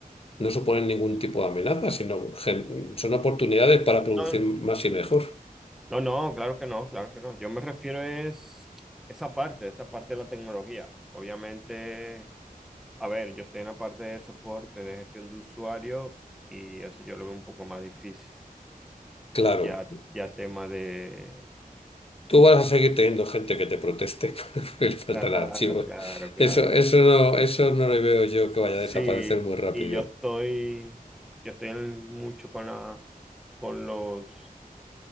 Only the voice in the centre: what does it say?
No,
no, no, claro que no, claro que no. Yo me refiero es esa parte, esa parte de la tecnología. Obviamente, a ver, yo estoy en la parte de soporte, de gestión de usuario y eso yo lo veo un poco más difícil.
Ya, ya tema de...
Claro,
claro, claro,
claro.
Sí,
y yo estoy, yo estoy en- mucho con la, con los